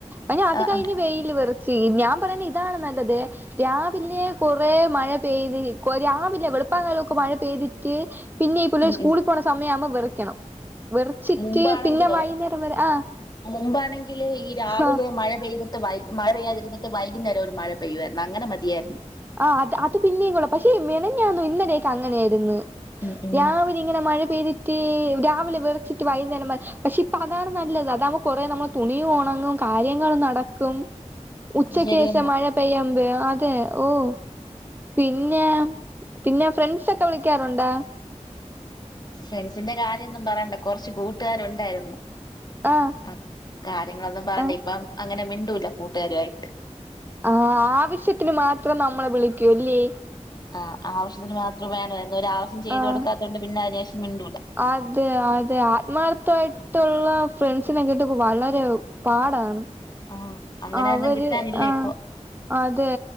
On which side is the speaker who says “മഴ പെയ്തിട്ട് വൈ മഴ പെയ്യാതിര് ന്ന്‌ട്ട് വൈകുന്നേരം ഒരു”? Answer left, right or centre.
Left